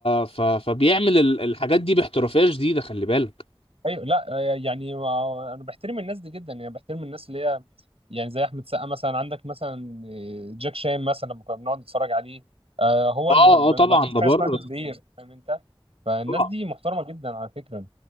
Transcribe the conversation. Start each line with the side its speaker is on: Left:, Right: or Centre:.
Left: ف... فبيعمل ال- الحاجات دي باحترافيه شديده خلي بالك
Right: ايوه لا آه، يعني ما- انا بحترم الناس دي جدا يعني بحترم الناس اللي هي يعني زي احمد سقا مثلا عندك مثلا آه، جاك شان مثلا لما كنا بنقعد نتفرج عليه آه، هو
Left: اه
Right: اللي ب- ب-
Left: اه طبعا
Right: ما فيش
Left: ده
Right: حاجه
Left: بره
Right: اسمها دوبلير فاهم انت فالناس
Left: طبعا
Right: دي محترمه جدا على فكره